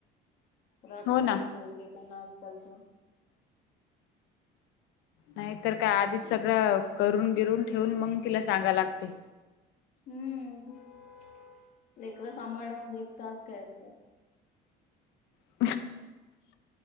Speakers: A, on the left; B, on the left.
A: राग
B: हो
A: पण
B: ना
A: येतो लेकांना आजकालच्या.
B: नाही तर काय आधीच सगळं करून- बिरून ठेवून मग तिला सांगा लागते.
A: हम्म <inaudible> लेकरं सांभाळण म्हणजे एक टास्क आहे आज काल.
B: <inaudible>